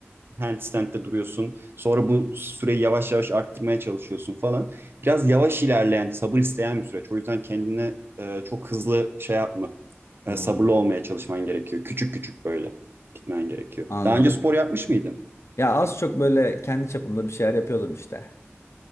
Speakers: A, on the right; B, on the left.
A: handstand'de duruyorsun. Sonra bu süreyi yavaş yavaş arttırmaya çalışıyorsun falan. Biraz yavaş ilerleyen, sabır isteyen bir süreç. O yüzden kendine e, çok hızlı şey yapma.
B: Hmm.
A: E, sabırlı olmaya çalışman gerekiyor. Küçük küçük böyle gitmen gerekiyor.
B: Anladım.
A: Daha önce spor yapmış mıydın?
B: Ya az çok böyle kendi çapımda bir şeyler yapıyordum işte.